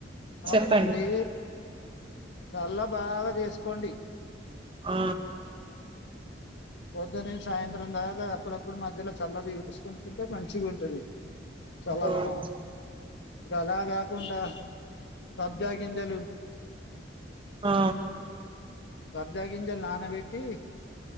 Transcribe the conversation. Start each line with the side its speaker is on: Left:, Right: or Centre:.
Right: చెప్పండి.
Left: అవునండి చల్ల బాగా చేసుకోండి
Right: ఆ
Left: పొద్దు నుంచి సాయంత్రం దాకా అప్పుడప్పుడు మధ్యలో చల్లది చూసుకుని తింటే మంచిగుంటది చలదనం
Right: ఓహ్!
Left: ఇక అలా కాకుండా సబ్జా గిం గింజలు
Right: ఆ
Left: సబ్జగింజలు నా న బేట్టి